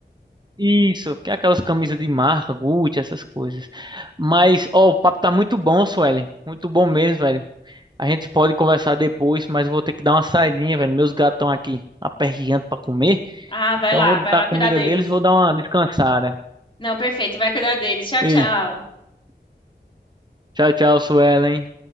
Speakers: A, on the right; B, on the left.
A: Isso, que é aquelas camisas de marca, Gucci, essas coisas. Mas, ó, o papo tá muito bom, Suelen. Muito bom mesmo, velho. A gente pode conversar depois, mas eu vou ter que dar uma saidinha, velho. Meus gatos estão aqui aperreando pra comer.
B: Ah, vai
A: Então
B: lá,
A: eu vou dar
B: vai lá cuidar
A: comida
B: deles.
A: deles e vou dar uma descansada.
B: Não, perfeito, vai cuidar deles. Tchau,
A: Ei,
B: tchau.
A: Tchau, tchau, Suelen.